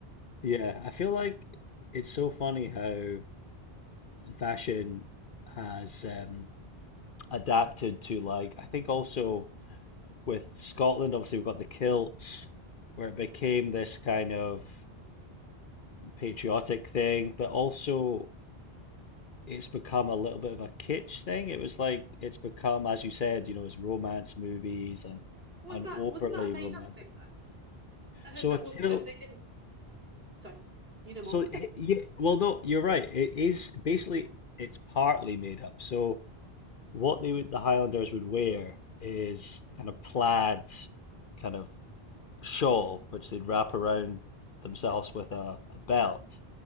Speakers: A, on the left; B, on the right.
A: Yeah, I feel like it's so funny how fashion has um, adapted to like I think also with Scotland, obviously we've got the kilts where it became this kind of patriotic thing, but also it's become a little bit of a kitsch thing. It was like it's become, as you said, you know, it's romance movies and
B: <laughs> was
A: and
B: not
A: overly
B: that wasn't that a made
A: romantic.
B: up thing though? I heard
A: So
B: that
A: a kilt
B: wasn't that they didn't. Sorry, you know more.
A: So h- yeah, well, no, you're right. It is basically it's partly made up. So what they would the Highlanders would wear is kind of plaid, kind of shawl which they'd wrap around themselves with
B: <laughs>
A: a,
B: All right,
A: a belt.